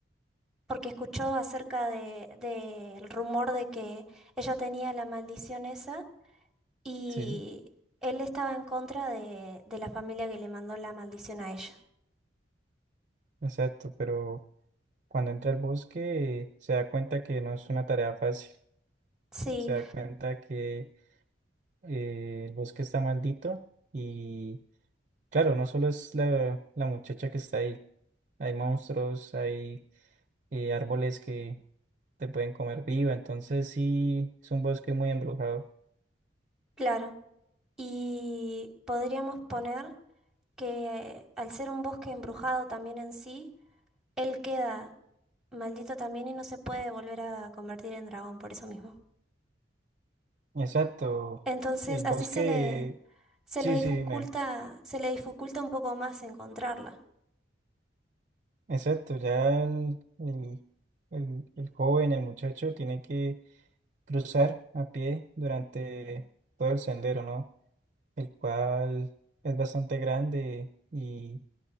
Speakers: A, in the centre; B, on the right.
A: porque escuchó acerca de, del rumor de que ella tenía la maldición esa y
B: Sí,
A: él estaba en contra de, de la familia que le mandó la maldición a ella.
B: exacto, pero cuando entra al bosque se da cuenta que no es una tarea fácil,
A: Sí,
B: se da cuenta que eh, el bosque está maldito y claro, no solo es la, la muchacha que está ahí, hay monstruos, hay... y árboles que te pueden comer viva. Entonces sí, es un bosque muy embrujado.
A: claro. Y podríamos poner que al ser un bosque embrujado también en sí, él queda maldito también y no se puede volver a convertir en dragón por eso mismo.
B: Exacto.
A: Entonces,
B: El bosque,
A: así se le, se
B: sí,
A: le dificulta,
B: sí, dime.
A: se le dificulta un poco más encontrarla.
B: Exacto. Ya el, el, el, el joven, el muchacho, tiene que cruzar a pie durante todo el sendero, ¿no? El cual es bastante grande y,